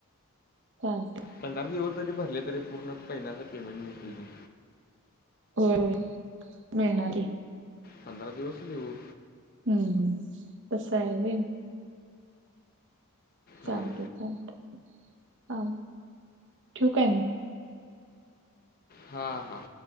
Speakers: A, on the right; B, on the left.
A: चालतंय.
B: पंधरा दिवस जरी भरले तरी, पूर्ण महिन्याचा पेमेंट मिळतंयकी.
A: होय.. मिळणार की.
B: पंधरा दिवस लिव.
A: हं.. हूं तसं हाय वय. चालतंय,
B: होय
A: चालतंय हा ठेवु काय मग?
B: हा, हा.,...